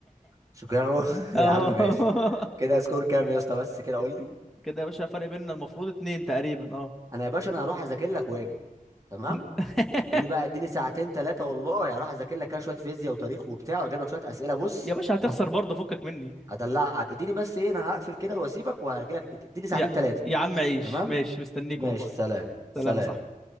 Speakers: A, on the right; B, in the centre.
A: شيكاغو <laughs>
B: <laughs> اه
A: يا عم ماشي كده سكور كام يا اسطى بس كده قول لي
B: كده يا باشا فرق بيننا المفروض اتنين تقريبا اه
A: انا يا باشا انا هروح اذاكر لك واجي تمام
B: <laughs>
A: اديني بقى اديني ساعتين ثلاثه والله هروح اذاكر لك كده شويه فيزياء وتاريخ وبتاع واجيب لك شويه اسئله بص
B: يا باشا هتخسر برضه فكك مني
A: هدلعك اديني بس ايه انا هقفل كده واسيبك وهجي لك اديني ساعتين
B: يا
A: ثلاثه
B: يا عم عيش
A: تمام
B: ماشي مستنيك
A: ماشي
B: والله
A: سلام سلام
B: سلام يا صاحبي